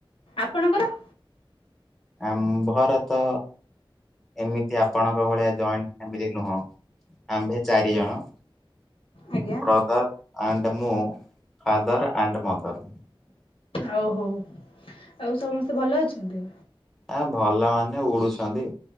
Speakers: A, on the left; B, in the centre.
A: ଆପଣଙ୍କର।
B: ଆମ୍ଭର ତ ଏମିତି ଆପଣଙ୍କ ଭଳିଆ ଜଏଣ୍ଟ ଫ୍ୟାମିଲି ନୁହଁ ଆମ୍ଭେ ଚାରି ଜଣ।
A: ଆଜ୍ଞା।
B: ବ୍ରଦର୍ ଆଣ୍ଡ ମୁଁ ଫାଦର୍ ଆଣ୍ଡ ମଦର୍।
A: ଆଉ ହଉ ଆଉ ସମସ୍ତେ ଭଲ ଅଛନ୍ତି।
B: ଆଉ ଭଲ ମାନେ ଉଡୁଛନ୍ତି